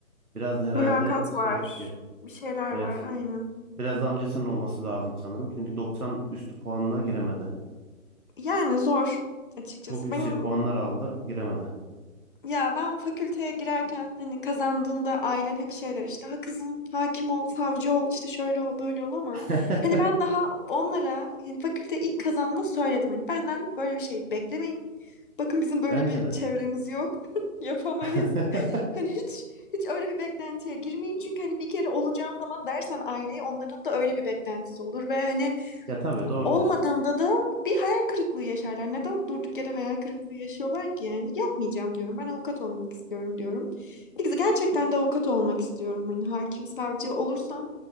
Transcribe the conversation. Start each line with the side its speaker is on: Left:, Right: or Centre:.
Right: biraz da herhalde
Left: Mülakat
Right: şey
Left: var.
Right: istiyor.
Left: Bir şeyler
Right: Evet.
Left: var aynen.
Right: Biraz da amcasının olması lazım sanırım. Çünkü 90 üstü puanla giremedi.
Left: Yani zor açıkçası.
Right: Çok yüksek
Left: Benim
Right: puanlar aldı, giremedi.
Left: Ya ben fakülteye girerken hani kazandığında ailen hep şeyler işte ha kızım hakim ol, savcı ol, işte şöyle ol, böyle ol ama
Right: <laughs>
Left: hani ben daha onlara yani fakülte ilk kazandığımda söyledim hani benden böyle bir şey beklemeyin. Bakın bizim böyle
Right: Bence
Left: bir
Right: de.
Left: çevremiz yok. <laughs> Yapamayız.
Right: <laughs>
Left: <laughs> Hani hiç hiç öyle bir beklentiye girmeyin çünkü hani bir kere olacağım falan dersen aileyi onların da öyle bir beklentisi olur ve hani
Right: Ya tabii doğru
Left: Olmadığında
Right: diyorsun.
Left: da bir hayal kırıklığı yaşarlar. Neden durduk yere hayal kırıklığı yaşıyorlar ki? Yani yapmayacağım diyorum. Ben avukat olmak istiyorum diyorum. Biz gerçekten de avukat olmak istiyorum. Hani hakim, savcı olursam